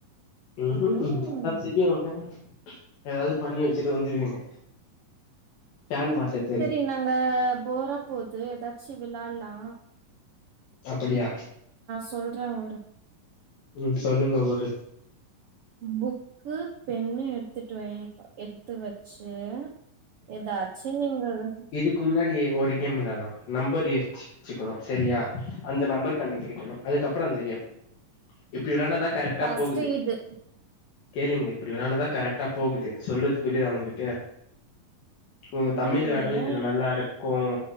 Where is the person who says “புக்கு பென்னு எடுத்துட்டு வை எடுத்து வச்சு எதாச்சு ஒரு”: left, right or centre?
Right